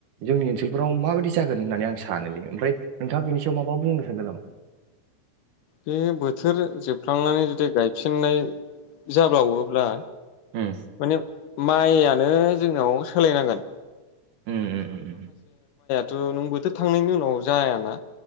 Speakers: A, on the right; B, on the left.
A: जोंनि ओनसोलफोराव माबायदि जागोन होननानै आं सानोलै ओमफ्राय नोंथाङा बेनि सायाव माबा बुंनो सानदों नामा?
B: बे बोथोर जोबफ्लांनानै जुदि गायफिननाय जाब्लावोब्ला
A: उम
B: माने माइयानो जोंनाव सोलायनांगोन
A: उम उम उम उम
B: थो नोंबोथ' थांनायनि उनाव जायाना।